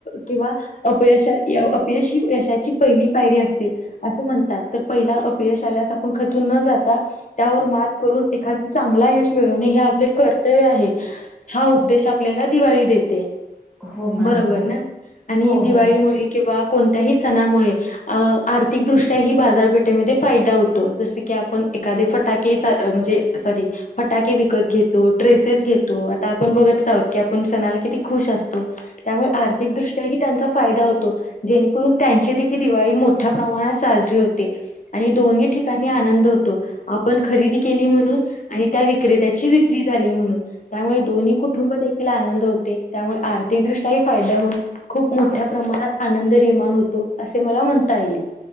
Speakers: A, on the left (about 50°); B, in the centre.
A: किंवा. अपयश अपयशी यशाची पहिली पायरी असते. असं म्हणतात तर पहिला अपयशाल्यास आपण खचून न जाता. त्यावर मात करून एखादी चांगला यश मिळवणे हे आपले कर्तव्य आहे. हा उपदेश आपल्याला दिवाळी देते.
B: हो मॅम
A: बरोबर
B: हो
A: ना आणि
B: हो
A: दिवाळीमुळे
B: हो
A: किंवा कोणत्याही सणामुळे अ आर्थिकदृष्ट्या ही बाजारपेठेमध्ये फायदा होतो. जस की आपण एखादे फटाके म्हणजे. सॉरी फटाके विकत घेतो ड्रेसेस घेतो. आता आपण बघत आहोत की पण सणाला किती खुश असतो त्यामुळे आर्थिकदृष्ट्याही त्यांचा फायदा होतो. जेणेकरून त्यांची देखी दिवाळी मोठ्या प्रमाणात साजरी होते. आणि दोन्ही ठिकाणी आनंद होतो. आपण खरेदी केली म्हणून आणि त्या विक्रेत्याची विक्री झाली म्हणून त्यामुळे दोन्ही कुटुंब देखील आनंद होते त्यामुळे आर्थिकदृष्ट्याही फायदा होऊन खूप मोठ्या प्रमाणात आनंद निर्माण होतो. असे मला म्हणता येईल